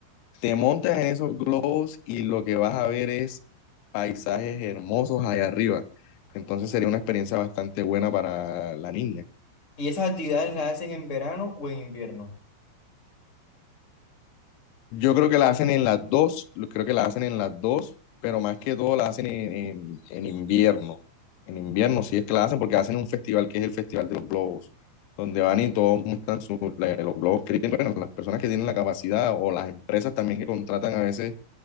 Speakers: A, on the left; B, on the left.
A: te montas en esos globos y lo que vas a ver es paisajes hermosos allá arriba. Entonces sería una experiencia bastante buena para la niña.
B: ¿Y esas actividades las hacen en verano o en invierno?
A: Yo creo que la hacen en las dos, lo- creo que la hacen en las dos, pero más que todo la hacen en, en- en invierno. En invierno sí es que la hacen porque hacen un festival que es el Festival de los Globos, donde van y todos muestran sus- la- los globos que tienen, bueno, las personas que tienen la capacidad o las empresas también que contratan a veces